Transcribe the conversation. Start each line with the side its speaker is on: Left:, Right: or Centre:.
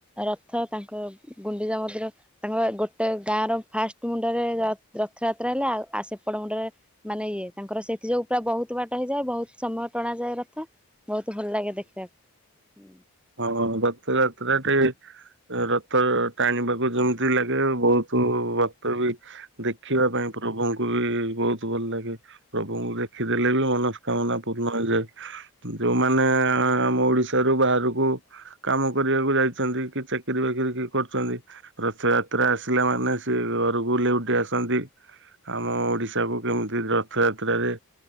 Centre: ରଥ ତାଙ୍କ ଗୁଣ୍ଡିଜା ମନ୍ଦିର ତାଙ୍କ ଗୋଟେ ଗାଁର ଫାଷ୍ଟ ମୁଣ୍ଡରେ ରଥଯାତ୍ରା ହେଲେ ଆଉ ଆ ସେପଟ ମୁଣ୍ଡରେ ମାନେ ଇଏ ତାଙ୍କର ସେଥି ଯୋଗୁ ପୁରା ବହୁତ ବାଟ ହେଇଯାଏ ବହୁତ ସମୟ ଟଣା ଯାଏ ରଥ ବହୁତ ଭଲ ଲାଗେ ଦେଖିବାକୁ।
Right: ହଁ ରଥ ଯାତ୍ରା ଟେ ରଥ ଟାଣିବାକୁ ଯେମିତି ଲାଗେ ବହୁତ ରଥ ବି ଦେଖିବା ପାଇଁ ପ୍ରଭୁଙ୍କୁ ବି ବହୁତ ଭଲ ଲାଗେ ପ୍ରଭୁଙ୍କୁ ଦେଖିଦେଲେ ବି ମନ। ମନସ୍କାମନା ପୂର୍ଣ ହୋଇଯାଏ। ଯୋଉଁମାନେ ଆମ ଓଡିଶାରୁୁ ବାହାରକୁ କାମ କରିବାକୁ ଯାଇଛନ୍ତି କି ଚାକିରୀ ବାକିରି କି କରୁଛନ୍ତି ରଥଯାତ୍ରା ଆସିଲା ମାନେ ସେ ଘରକୁ ଲେଉଠି ଆସନ୍ତି ଆମ ଓଡିଶାକୁ କେମିତି ରଥଯାତ୍ରାରେ